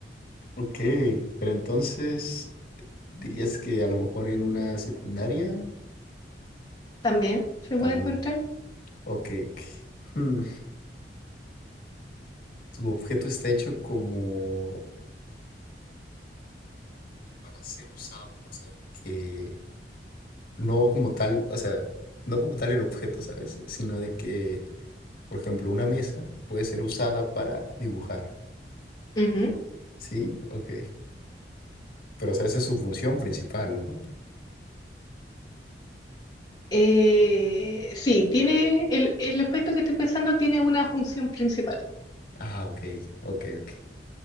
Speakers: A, on the left (about 55°); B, on the left (about 25°).
A: Ok, pero entonces dirías que a lo mejor en una secundaria
B: También se
A: también.
B: puede encontrar.
A: Ok, ok. Hmm, Tu objeto está hecho como para ser usado, o sea, de que no como tal, o sea, no como tal el objeto, ¿sabes? Sino de que, por ejemplo, una mesa puede ser usada para dibujar,
B: Ujú.
A: ¿sí? Ok, pero o sea, esa es su función principal, ¿no?
B: Eh, sí, tiene el, el objeto que estoy pensando tiene una función principal.
A: Ah, ok, ok, ok.